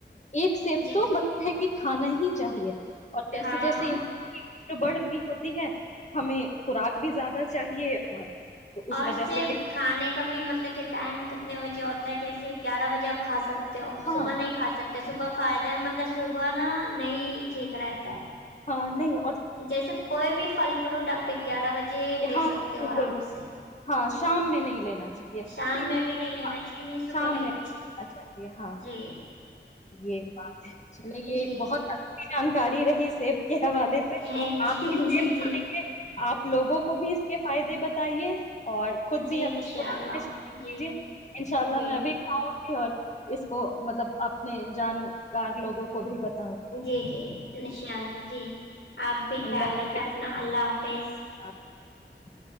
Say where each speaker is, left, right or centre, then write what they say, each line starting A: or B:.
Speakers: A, on the left (about 40°); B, on the left (about 85°).
A: ایک سیب
B: جی
A: تو مطلب کہ کھانا ہی چاہیے اور جیسے
B: ہاں
A: جیسے ان <unintelligible> بڑھ رہی ہوتی ہے ہمیں خوراک بھی زیادہ چاہیے اور تو اس
B: اور
A: وجہ
B: صرف
A: سے ہے
B: کھانے کا بھی مطلب کہ ٹائم کتنے بجے ہوتا ہے جیسے گیارہ بجے آپ کھا سکتے ہو
A: ہاں
B: صبح نہیں
A: ہاں
B: کا سکتے صبح فائدہ مطلب صبح نا نہیں ٹھیک رہتا ہے
A: ہا نہی
B: جیسے کوئی بھی فل فروٹ آپے گیارہ بجے جی لے
A: ہاں
B: سکتے ہو
A: بالکل
B: آرام
A: بالکل،
B: سے
A: ہاں
B: جی
A: شام میں نہیں لینا چاہیے
B: شام
A: کسی
B: میں بھی نہیں لینا
A: ہاں
B: چاہیے نہیں صبح
A: شام
B: لینا
A: میں نہیں
B: چاہیے
A: لینا چاہیے ہاں
B: جی
A: یہ ب ہے چلے یہ
B: جی
A: ایک بہت ا <unintelligible> چ جانکاری رہی سیب کے حوالے سے
B: تھینک
A: آپ <unintelligible>
B: یو جی
A: ک
B: جی
A: گے آپ لوگوں کو بھی اس کے فائدے بتائیے اور خود
B: جی
A: بھی اپنی
B: انشاء
A: خوراک
B: اللہ
A: کیجے
B: جی
A: ان شاء اللہ
B: جی
A: میں
B: جی
A: بھی کھاؤں اور اس کو مطلب آپ نے جانکار لوگوں کو بھی بتا
B: جی جی انشاء اللہ جی آپ بھی
A: اللہ
B: خیال رکھیں
A: حافظ
B: اپنا اللہ آپ <unintelligible>
A: آپ <unintelligible>